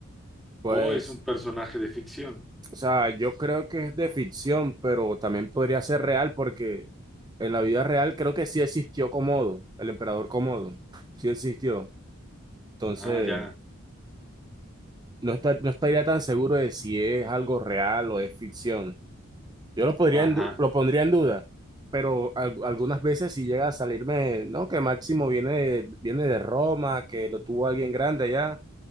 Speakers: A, on the right (about 20°); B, in the centre.
A: Pues,
B: o es un personaje de ficción.
A: o sea, yo creo que es de ficción, pero también podría ser real porque en la vida real creo que sí existió Comodo, el emperador Comodo, sí existió. Entonces,
B: Ah, ya,
A: no está, no estaría tan seguro de si es algo real o es ficción. Yo lo podría
B: ajá,
A: en du- lo pondría en duda, pero al- algunas veces si llega a salirme, no, que Máximo viene de, viene de Roma, que lo tuvo alguien grande allá,